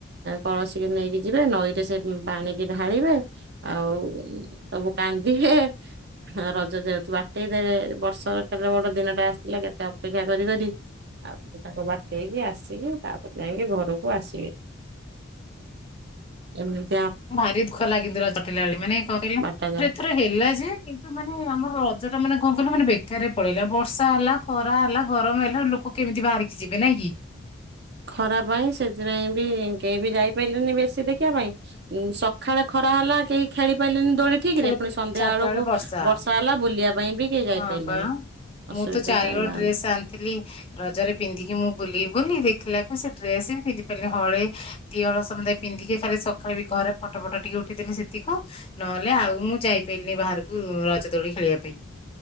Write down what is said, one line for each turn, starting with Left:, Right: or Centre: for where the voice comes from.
Right: କଳସୀିକି ନେଇକି ଯିବେ ନଈରେ ସେ ପାଣିକି ଢାଳିବେ। ଆଉ ସବୁ କାନ୍ଦିହେ ରଜ ଯାଉଥିବ ବାଟେଇ ଦେବେ ବର୍ଷ କ ବୋଟ ଦିନ ଟା ଆସିଥିଲା କେତେ ଅପେକ୍ଷା କରି କରି ଆଉ ତାକୁ ବାଟେଇକି ଆସିକି ତାପରେ ଯାଇକି ଘରକୁ ଆସିବି। ଏି <unintelligible>
Left: ଭାରି ଦୁଃଖ ଲାଗି ର ଚଟିଲାେଳେ ମାନେ କଣ କହିଲ
Right: ବାଟାଯାଏ।
Left: ଏଥର ହେଲା ଯେ କିନ୍ତୁ ମାନେ ଆମର ରଜ ଟା ମାନେ କଣ କହିଲ ମାନେ ବେକାରରେ ପଳେଇିଲା ବର୍ଷା ହେଲା ଖରା ହେଲା ଗରମ ହେଲା ଲୋକ କେମିତି ବାହାରିକି ଯିବେ ନାଇଁ କି।
Right: ଖରା ପାଇଁ ସେଥିପାଇଁ ବି କେହି ବି ଯାଇପାରିଲେନି ବେଶୀ। ଶଖିବା ପାଇଁ ଉ ସକାଳେ ଖରା ହେଲା କେଇ ଖେଳି ପାଇଲେନି ଦୋଳି ଠିକ
Left: ଖେ
Right: ରେ
Left: ଚାରିଟା
Right: ପୁଣି ସନ୍ଧ୍ୟା ବେଳକୁ
Left: ବେଳେ ବର୍ଷା
Right: ହେଲା ବୁଲିବା ପାଇଁ ବି କେହି ଯାଇପାରିଲେନି
Left: ହଁ ପା
Right: ଅସୁବିଧା
Left: ମୁଁ ତ ଚାରି
Right: ହେଲା
Left: ବଳ
Right: ଏଇଆ
Left: ଡ୍ରେସ
Right: ହେଲା।
Left: ଆଣିଥିଲି ରଜରେ ପିନ୍ଧିକି ମୁଁ ବୁଲି ବୁ ଦେଖିଲାକୁ ସେ ଡ୍ରେସ ବି ପିନ୍ଧି ପାରିଲି ହଳେଇ ଦିହଳ ସମୟ ପିନ୍ଧିକି ଖାଲି ସକାଳେ ବି ଘରେ ଫଟୋ ଫଟ ଟିକେ ଉଠେଇଥିଲି ସେତିକି ନହେଲେ ଆଉ ମୁଁ ଯାଇପାରିଲିନି ବାହାରକୁ ରଜ ଦୋଳି ଖେଳିବା ପାଇଁ।